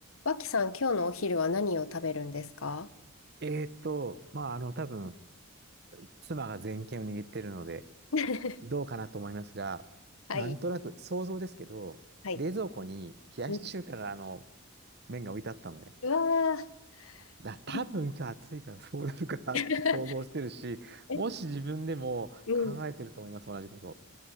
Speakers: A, on the left; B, on the right.
A: 脇さん、今日のお昼は何を食べるんですか
B: えーっと、まあ、あの、多分、妻が全権を握ってるので、
A: <laughs>
B: どうかなと思いますが、
A: はい。
B: なんとなく想像ですけど、
A: はい。
B: 冷蔵庫に冷やし中華が、
A: うん。
B: あの、麺が置いてあったのね。
A: うわ
B: だ、多分今日暑いからそうなるかなって想像してるし、
A: ー。<laughs> え、
B: もし自分でも考えてると思います、
A: うん。
B: 同じこと。